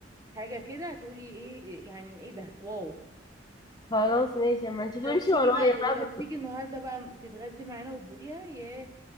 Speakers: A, on the right (about 15°); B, on the left (about 20°).
A: حاجه كده هتقولي ايه إيه- يعني ايه ده واو
B: خلاص ماشي اما نشوف
A: لو
B: امشي
A: تيجي
B: ورايا
A: بقى ولو
B: بقى
A: تيجي النهارده بقى تتغدي معانا وتدوقيها ياه